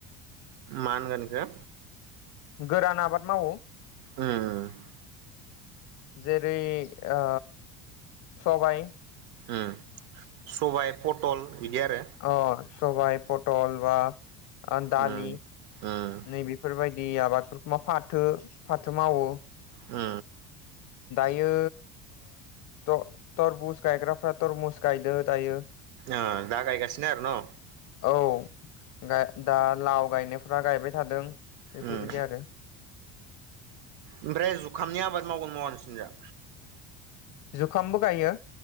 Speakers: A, on the right; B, on the left.
A: मानगोन इखौ
B: गोरान आबाद मावो
A: उम
B: जेरै ओ सबाइ
A: उम सबाइ पटल बिदि आरो
B: अ सबाइ पटल बा आ दालि
A: उम उम
B: नै बेफोरबायदि दै आबादफोरखौ मा फाथो फाथो मावो
A: ओ
B: दायो ओ थरबुस गायग्राफ्रा थरमुस गायदो दायो
A: ओ दा गायगासिनो आरो न'
B: औ गा दा लाव गायनायफ्रा गायबाय थादों
A: उम
B: बेफोरबायदि आरो <inaudible>
A: ओमफ्राय जुखामनि आबाद मावगोन मावा नोंसोरनि जा
B: जुखामबो गायो